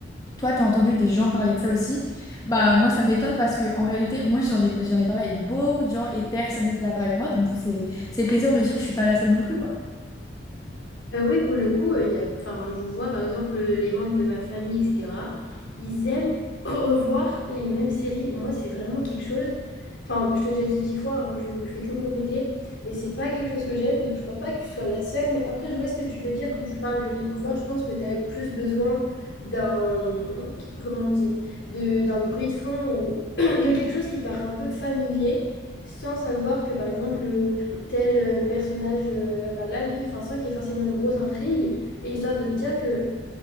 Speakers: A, on the left; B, on the left.
A: toi, t'as entendu des gens parler de ça aussi? Bah moi, ça m'étonne parce que en réalité, moi j'en ai j'en ai parlé avec beaucoup de gens et personne n'était d'accord avec moi. Donc du coup, c'est c'est plaisir de me dire que je suis pas la seule non plus, quoi.
B: Euh, oui, pour le coup, euh, il y a, enfin, je vois par exemple euh, les membres de ma famille, etc. Ils aiment <laughs> revoir les mêmes séries. Moi, c'est vraiment quelque chose. Enfin, je te l'ai déjà dit dix fois, hein, je le fais que me répéter, mais c'est pas quelque chose que j'aime, donc je pense pas que tu sois la seule. Mais après, je vois ce que tu veux dire quand tu parles du réconfort. Je pense que tu as plus besoin d'un, comment on dit, de, d'un bruit de fond ou <clears throat> de quelque chose qui te paraît un peu familier, sans savoir que par exemple tel euh, personnage euh, va perdre la vie, enfin, sans qu'il y ait forcément une grosse intrigue, et histoire de te dire que